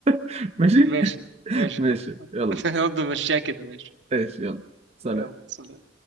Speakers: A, on the right; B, on the right.
A: <laughs> ماشي
B: ماشي ماشي
A: ماشي
B: يا حبيبي
A: يلا
B: <laughs> برضه مشيها كده ماشي
A: ماشي يلا سلام
B: يلا سلام